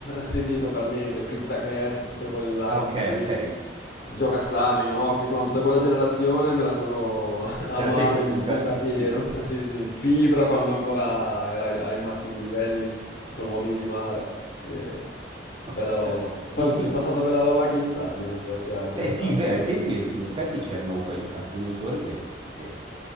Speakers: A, on the left; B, on the right.
A: <laughs> Sì, sì, totalmente. Fritz da Cat, tutto quell'album
B: ah, ok,
A: lì.
B: ok.
A: Gioca sano, Inoki, no, tutta quella generazione me la sono <laughs> amata
B: Te la sei goduta,
A: e vissuta
B: sì,
A: a pieno.
B: sì.
A: <laughs> Sì, sì. Fibra quando ancora era ai, ai massimi livelli con Uomini di Mare. Eh, bella
B: Ok.
A: roba.
B: Sì,
A: È, pas-
B: sì.
A: è passata bella roba anche in Italia, in effetti, a ripensarci.
B: Eh sì, beh, ai tempi in effetti c'erano quel- alcuni autori che, che